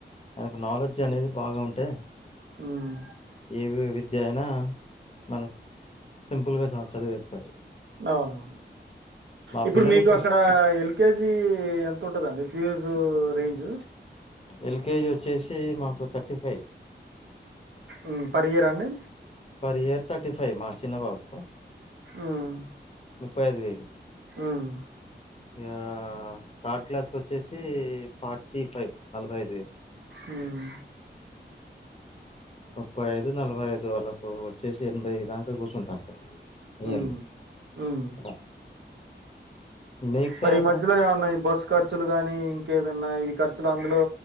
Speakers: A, on the left; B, on the right.
A: ఆయనికి నాలెడ్జ్ అనేది బాగా ఉంటే
B: ఉమ్
A: ఏవివ్ విద్య అయినా మనకు సింపుల్గా చ చదివేస్తారు.
B: అవునవును ఇప్పుడు
A: పిల్లలు
B: మీకు
A: ఫస్ట్
B: అక్కడ ఎల్ కేజీ ఎంత ఉంటదండి ఫీజు రేంజ్
A: ఎల్కేజీ వచ్చేసి మాకు thirty five
B: um per year అ అండి
A: పర్ ఇయర్ థర్టీ ఫైవ్ మా చిన్నా బాబుకు
B: ఉమ్
A: ముప్పై ఐదు వేలు
B: ఉమ్
A: ఇగా థర్డ్ క్లాస్కి వచ్చేసి ఫార్టీ ఫైవ్ నలభై ఐదు వేలు
B: ఉహు
A: ముప్పై ఐదు నలభై ఐదు వాళ్ళకు వచ్చేసి ఎనభై ఐదాంక కూర్చుంటాను సార్ నియర్లీ
B: ఉమ్ ఉమ్
A: అలా మీకు సార్
B: మరి ఈ
A: అక్కడ
B: మధ్యలో ఏవన్నా ఇ బస్సు ఖర్చులు గానీ ఇంకేదన్నా ఇవి ఖర్చులు అందులో